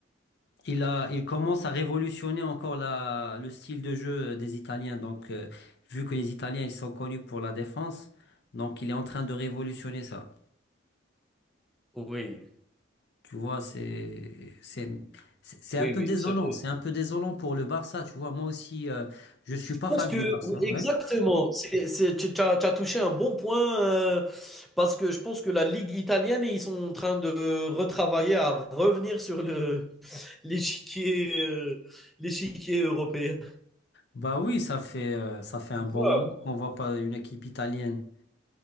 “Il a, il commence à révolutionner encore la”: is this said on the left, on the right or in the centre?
Left